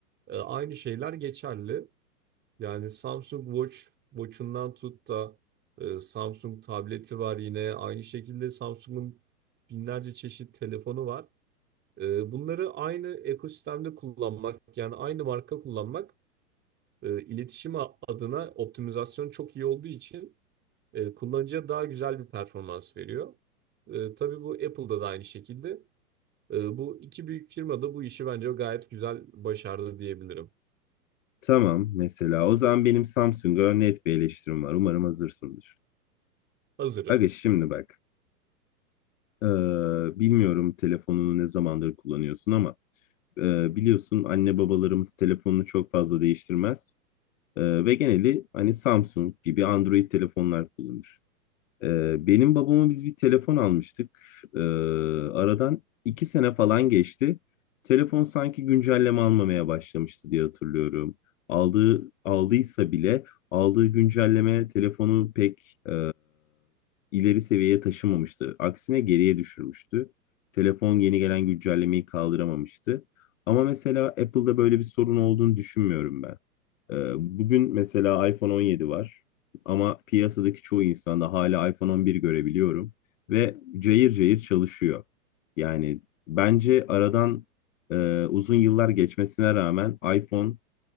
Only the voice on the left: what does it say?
Tamam mesela o zaman benim Samsung'a net bir eleştirim var. Umarım hazırsındır.
Aga şimdi bak. Ee, bilmiyorum telefonunu ne zamandır kullanıyorsun ama Ee, biliyorsun anne babalarımız telefonunu çok fazla değiştirmez. Ee, ve geneli hani Samsung gibi Android telefonlar kullanır. Ee, benim babama biz bir telefon almıştık. Ee, aradan iki sene falan geçti. Telefon sanki güncelleme almamaya başlamıştı diye hatırlıyorum. Aldığı aldıysa bile aldığı güncelleme telefonu pek e, ileri seviyeye taşımamıştı. Aksine geriye düşürmüştü. Telefon yeni gelen güncellemeyi kaldıramamıştı. Ama mesela Apple'da böyle bir sorun olduğunu düşünmüyorum ben. Ee, Bugün mesela iPhone 17 var ama piyasadaki çoğu insanda hala iPhone 11 görebiliyorum ve cayır cayır çalışıyor. Yani bence aradan e, uzun yıllar geçmesine rağmen iPhone